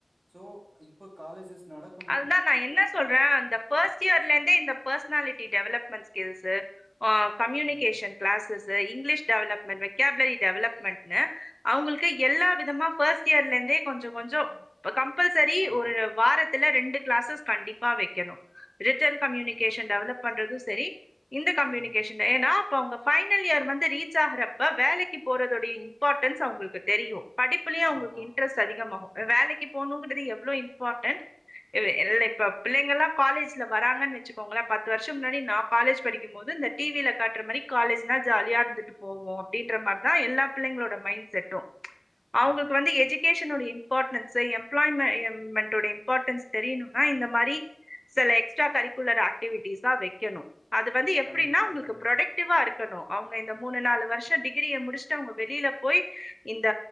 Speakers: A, on the right; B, on the left.
A: சோ இப்போ காலேஜஸ் நடக்
B: அதுதான் நான் என்ன சொல்றேன் அந்த ஃபஸ்ட் சியார்லந்தே இந்த பர்சனாலிட்டி டெவலப்மெண்ட் ஸ்கில்ஸ் அ Communication
A: ம்.
B: classes English development vocabulary development ன்னு அவுங்களுக்கு எல்லா விதமா ஃபஸ்ட் இயர்ல இருந்தே கொஞ்சோ கொஞ்சோ கம்பல்சரி
A: ஆமா.
B: ஒரு வாரத்துல ரெண்டு கிளாஸஸ் கண்டிப்பா வைக்கணு ரிட்டன் கம்யூனிகேஷன்
A: கண்டிப்
B: டெவலப் பண்றது செரி இந்த கம்யூனிகேஷன்
A: ம்.
B: ன் ஏன்னா அப்ப அவுங்க பைனல் இயர் வந்து ரீச் ஆகுறப்ப வேலைக்கு போறதுடைய இ இம்பார்ட்டன்ஸ் அவுங்களுக்கு தெரியும் படிப்புலயு அவங்களுக்கு
A: ஆமா,
B: இன்ட்ரெஸ்ட் அதிகமாகும் வேலைக்கு போணுங்கிறது எவ்ளோ இம்பார்ட்டண்ட் இது இல்ல இப்ப பிள்ளைங்கல்லாம் காலேஜ்ல வராங்கன்னு வச்சுக்கோங்களேன் பத்து வருஷம் முன்னாடில்லாம் நான் காலேஜ் படிக்கும் போது இந்த டிவியில காட்டுற மேரி காலேஜ்ன்னா ஜாலியா இருந்துட்டு போவோம் அப்டின்ற மாரிதான் எல்லா பிள்ளைங்களோட மைண்ட் செட்டும் அவங்களுக்கு
A: ஆமா.
B: வந்து எஜ்கேஷனுடைய இம்பார்ட்டன்ஸ்சு எம்ப்ளாய்மெமெண்ட்டுடைய இம்பார்ட்டன்ஸ் தெரியணும்னா இந்த மாரி சில எக்ஸ்ட்ரா கரிக்குலர் ஆக்டிவிட்டிஸ்லா வைக்கணும் அது வந்து எப்டினா
A: கண்டிப்பா,
B: உங்களுக்கு
A: கண்டிப்பா.
B: ப்ரொடக்டிவா இருக்கு க்கணும் அவுங்க இந்த மூணு நாலு வருஷம் டிகிரிய முடிஸ்ட்டு அவுங்க வெளில போய் இந்த